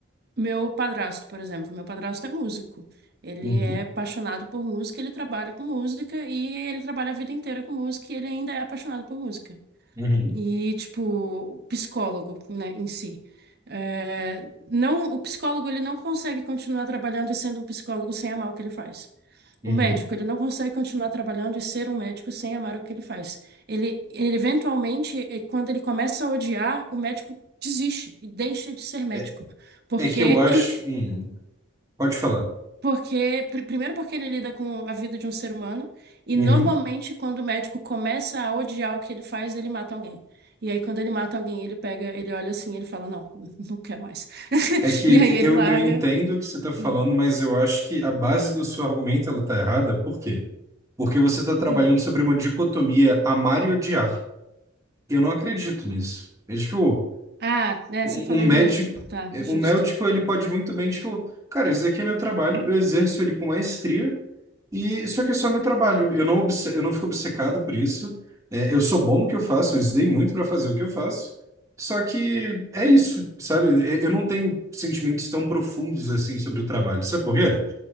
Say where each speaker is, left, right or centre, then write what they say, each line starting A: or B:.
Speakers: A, on the right (about 55°); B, on the right (about 15°).
A: meu padrasto, por exemplo, meu padrasto é músico. Ele
B: uhum,
A: é apaixonado por música, ele trabalha com música e ele trabalha a vida inteira com música e ele ainda é apaixonado por música
B: uhum,
A: e, tipo, o psicólogo, né, em si. É, não, o psicólogo, ele não consegue continuar trabalhando e sendo um psicólogo sem amar o que ele faz.
B: uhum,
A: O médico, ele não consegue continuar trabalhando e ser um médico sem amar o que ele faz. Ele, ele eventualmente, eh, quando ele começa a odiar, o médico desiste e deixa de ser médico,
B: É
A: porque
B: é que eu acho. hum, pode falar.
A: porque, pri- primeiro porque ele lida com a vida de um ser humano, e
B: Uhum.
A: normalmente quando o médico começa a odiar o que ele faz, ele mata alguém. E aí quando ele mata alguém, ele pega, ele olha assim, ele fala, não, <laughs> não quero mais. <laughs>
B: É que
A: E aí ele
B: eu,
A: larga.
B: eu entendo o que você está falando,
A: Hum,
B: mas eu acho que a base do seu argumento ela está errada. Por quê? Porque você está trabalhando
A: hum.
B: sobre uma dicotomia amar e odiar. Eu não acredito nisso. É, tipo,
A: Ah, é,
B: um,
A: você falou
B: um médico,
A: do neutro, tá,
B: é,
A: justo.
B: um médico, ele pode muito bem, tipo, cara, isso aqui é meu trabalho, eu exerço ele com maestria, e isso aqui é só meu trabalho. Eu não, obce- eu não fico obcecado por isso. É, eu sou bom no que eu faço, eu estudei muito para fazer o que eu faço. Só que é isso, sabe? É, Eu não tenho sentimentos tão profundos assim sobre o trabalho. Sabe por quê?